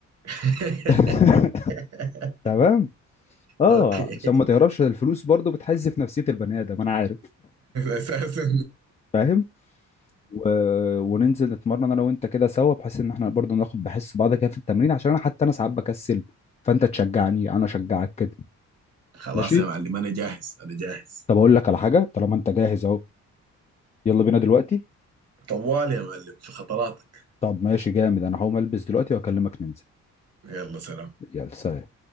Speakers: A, on the right; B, on the left.
A: <laughs>
B: <laughs> تمام اه
A: اوكي
B: عشان ما تهربش
A: <laughs>
B: الفلوس برضو بتحز في نفسيه البني ادم انا عارف
A: اساسا
B: فاهم و... وننزل نتمرن انا وانت كده سوا بحيث ان احنا برضو ناخد بحس بعض كده في التمرين عشان انا حتى انا ساعات بكسل فانت تشجعني انا اشجعك كده
A: خلاص
B: ماشي
A: يا معلم انا جاهز انا جاهز
B: طب اقول لك على حاجه طالما انت جاهز اهو يلا بينا دلوقتي
A: طوال يا معلم في خطراتك
B: طب ماشي جامد انا هقوم البس دلوقتي واكلمك ننزل
A: يلا سلام
B: يلا سلام